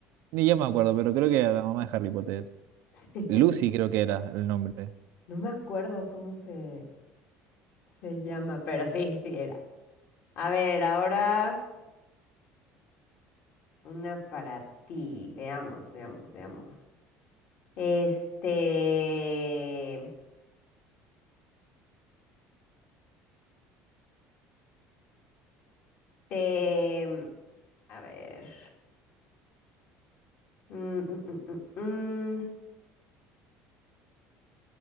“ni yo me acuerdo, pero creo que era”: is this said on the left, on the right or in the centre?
Right